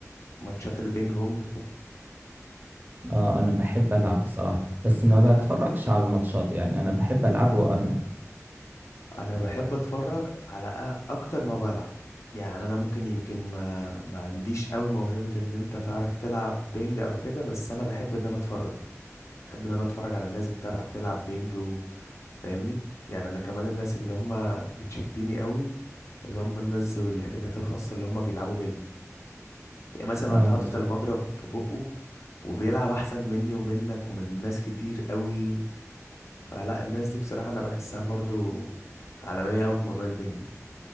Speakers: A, on the left; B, on the right.
A: ماتشات البينج بونج
B: آه أنا بحب ألعب بصراحة بس ما
A: لا
B: بتفرجش على الماتشات يعني أنا بحب ألعب وأنا
A: انا بحب اتفرج على أ- اكتر ما بلعب يعني انا ممكن يمكن ما ما عنديش قوي موهبة ان انت تعرف تلعب بينج او كده بس انا بحب ان انا اتفرج بحب ان انا اتفرج على الناس بتعرف تلعب بينج وفاهمني يعني انا كمان الناس اللي هم بتشدني قوي اللي هم الناس ذوي الاحتياجات الخاصة اللي هم بيلعبوا بينج تلاقي مثلا
B: آه
A: واحد حاطط
B: أنا
A: المضرب في بقه وبيلعب احسن مني ومنك ومن ناس كتير قوي فلا الناس دي بصراحة انا بحسها برضو عالمية قوي في موضوع البينج